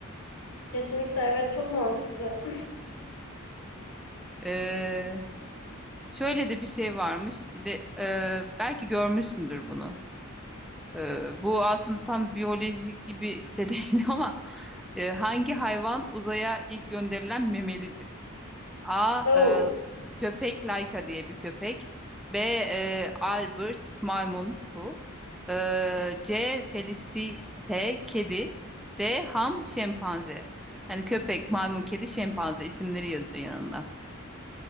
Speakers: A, on the left (about 80°); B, in the centre.
A: Kesinlikle evet çok mantıklı.
B: Ee, şöyle de bir şey varmış. Bir de e, belki görmüşsündür bunu. Ee, bu aslında tam biyolojik gibi de değil <laughs> ama e, hangi hayvan uzaya ilk gönderilen memelidir? A.
A: <laughs>
B: e,
A: Oh.
B: köpek Laika diye bir köpek. B. e, Albert maymun bu. E, C. Felicite kedi. D. Ham şempanze. Yani köpek, maymun, kedi, şempanze isimleri yazıyor yanında.